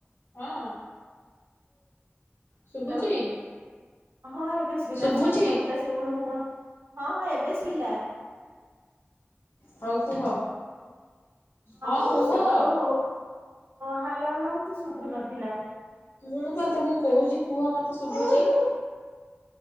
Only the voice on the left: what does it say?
ହଁ। ଶୁଭୁଛି?
ଶୁଭୁଛି
ହଉ କୁହ? ହଁ
କୁହ?
ମୁଁ ପା ତମୁକୁ କହୁଚି କୁହ ମତେ ଶୁଭୁଚି।